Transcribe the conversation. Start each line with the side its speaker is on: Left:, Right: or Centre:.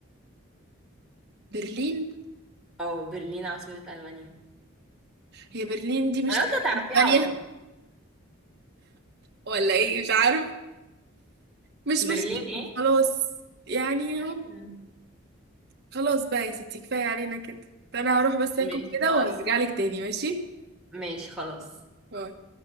Right: برلين
Centre: أو برلين عاصمة ألمانيا
Right: هي برلين دي مش
Centre: أنا قلت هتعرفيها
Right: اسبانيا
Centre: على طول
Right: ولا ايه مش عارف مش
Centre: برلين
Right: مشكله
Centre: ايه؟
Right: خلاص يعني
Centre: أيوه
Right: اهو خلاص بقى يا ستي كفايه علينا كده فانا هروح بس اكل
Centre: ماشي
Right: كده
Centre: خلاص
Right: وهرجع لك تاني ماشي
Centre: ماشي خلاص
Right: باي.